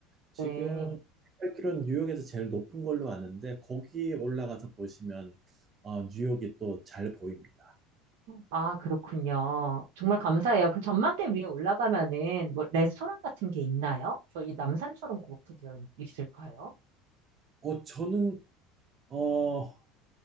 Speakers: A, on the right; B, on the right.
A: 지금
B: 네.
A: 8km는 뉴욕에서 제일 높은 걸로 아는데 거기 올라가서 보시면 어, 뉴욕이 또 잘 보입니다.
B: 아, 그렇군요. 정말 감사해요. 그 전망대 위에 올라가면은 뭐 레스토랑 같은 게 있나요? 저희 남산처럼 그렇게 되어 있- 있을까요?
A: 어, 저는 어,